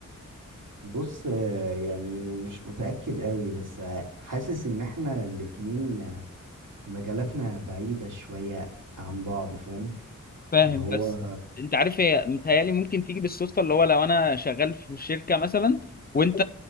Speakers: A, on the right; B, on the left.
A: بص آه، يعني مش متأكد قوي بس آه، حاسس ان احنا الاتنين آه، مجالاتنا بعيدة شوية عن بعض فاهم
B: فاهم
A: اللي هو
B: بس انت عارف هي متهيألي ممكن تيجي بالصدفة اللي هو لو انا شغال في شركة مثلا وانت